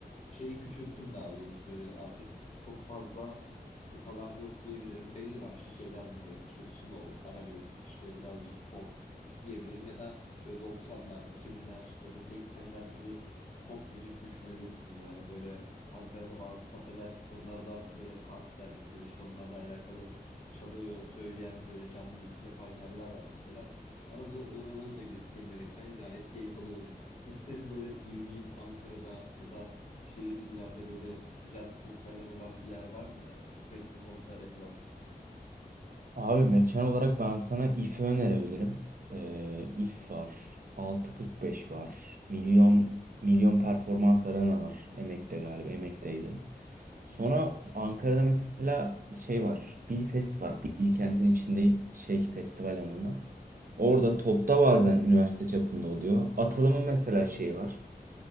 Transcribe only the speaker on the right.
Abi mekan olarak ben sana IF'i önerebilirim. Ee, IF var. 6.45 var. Milyon Milyon Performans Arena var. Emek'te galiba. Emek'teydi. Sonra Ankara'da mesela şey var. Bilfest var. Bilkent'in içinde şey festival alanı. Orada topta bazen üniversite çapında oluyor. Atılımın mesela şeyi var.